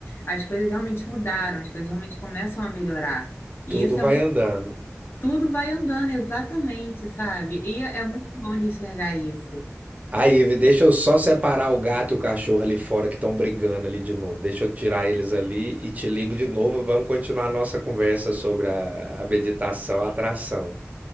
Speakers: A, on the left (about 50°); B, on the right (about 30°).
A: as coisas realmente mudaram, as coisas realmente começam a melhorar.
B: tudo
A: E isso
B: vai
A: é muito,
B: andando.
A: tudo vai andando exatamente, sabe? E é é muito bom de enxergar isso.
B: Aí, Ive, deixa eu só separar o gato e o cachorro ali fora que estão brigando ali de novo. Deixa eu tirar eles ali e te ligo de novo. Vamos continuar a nossa conversa sobre a, a meditação, a atração.